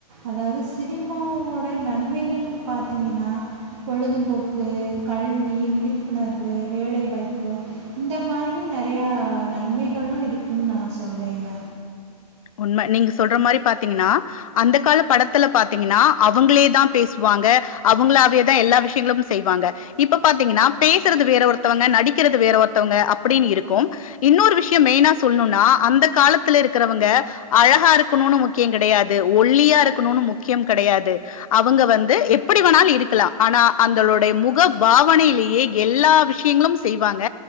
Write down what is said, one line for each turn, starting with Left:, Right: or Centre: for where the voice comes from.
Right: அதாவ்து சினிமாவோட நன்மைகள்னு பாத்திங்கன்னா பொழுதுபோக்கு கல்வி விழிப்புணர்வு வேலை வாய்ப்பு இந்த மாறியும் நெறயா நன்மைகளும் இருக்குன் நா சொல்வேங்க
Left: உண்ம நீங்க சொல்ற மாறி பாத்திங்கன்னா அந்த கால படத்துல பாத்திங்கன்னா அவுங்களே தா பேசுவாங்க அவுங்களாவேதா எல்லா விஷ்யங்களும் செய்வாங்க இப்ப பாத்திங்கன்னா பேசுறது வேற ஒருத்தவங்க நடிக்கிறது வேற ஒர்த்தவங்க அப்டின் இருக்கோ இன்னொரு விஷ்யம் மெய்னா சொல்ணும்னா அந்த காலத்துலருக்குறவங்க அழகா இருக்கணும்னு முக்கியம் கேடையாது ஒல்லியா இருக்கணும்னு முக்கியம் கேடையாது அவுங்க வந்து எப்டி வேணாலு இருக்கலாம் ஆனா அந்தளுடைய முக பாவனையிலேயே எல்லா விஷ்யங்களும் செய்வாங்க